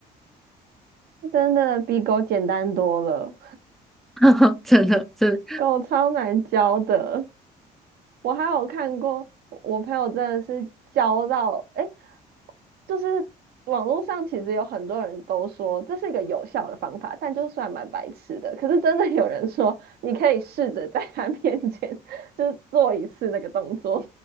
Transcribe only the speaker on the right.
真的比狗简单多了，
狗超难教的。我还有看过，我朋友真的是教到，诶，就是网络上其实有很多人都说这是一个有效的方法，但就算蛮白痴的。可是真的有人说，你可以试着在他 <laughs> 面前就是做一次那个动作，